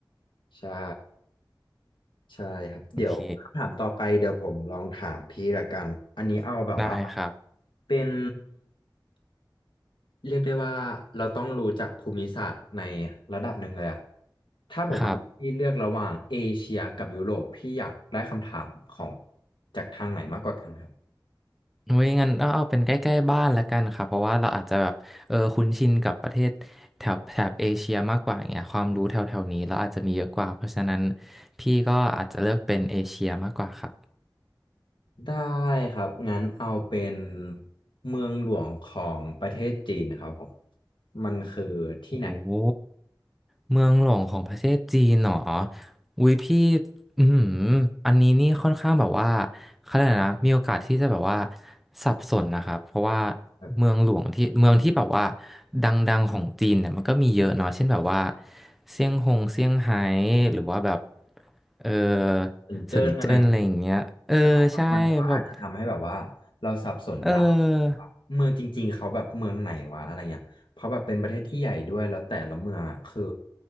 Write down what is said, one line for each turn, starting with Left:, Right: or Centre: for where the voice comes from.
Left: ใช่ใช่ครับเดี๋ยวคำถามต่อไปเดี๋ยวผมลองถามพี่ละกันอันนี้เอาแบบว่า
Centre: โอเคได้ครับ
Left: เป็นเรียกได้ว่าเราต้องรู้จักภูมิศาสตร์ในระดับหนึ่งเลยอะถ้าผมให้พี่เลือกระหว่างเอเชียกับยุโรปพี่อยากได้คำถามของ
Centre: ครับ
Left: จากทางไหนมากกว่ากันครับ
Centre: เว้ยงั้นก็เอาเป็นใกล้ๆบ้านละกันค่ะเพราะว่าเราอาจจะแบบเออคุ้นชินกับประเทศแถบแถบเอเชียมากกว่าอย่างเงี้ยความรู้แถวๆนี้เราอาจจะมีเยอะกว่าเพราะฉะนั้นพี่ก็อาจจะเลือกเป็นเอเชียมากกว่าครับ
Left: ได้ครับงั้นเอาเป็นเมืองหลวงของประเทศจีนครับผมมันคือที่ไหน
Centre: โอ้โห เมืองหลวงของประเทศจีนเหรออุ้ยพี่อืมอหืออันนี้นี่ค่อนข้างแบบว่าเขาเรียกอะไรนะมีโอกาสที่จะแบบว่าสับสนนะครับเพราะว่า
Left: แบบ
Centre: เมืองหลวงที่เมืองที่แบบว่าดังๆของจีนเนี่ยมันก็มีเยอะเนาะเช่นแบบว่าเซี่ยงฮงเซี่ยงไฮ้หรือว่าแบบเออ
Left: เซินเจิ้นอะไร
Centre: เซินเจิ้นอะไรอย่างเงี้ยเออใช่แบบ
Left: ใช่ครับมันก็อาจจะทำให้แบบว่าเราสับสนได้
Centre: เออ
Left: ว่าเมืองจริงๆเขาแบบเมืองไหนวะอะไรเงี้ยเพราะแบบเป็นประเทศที่ใหญ่ด้วยแล้วแต่ละเมืองอ่ะคือ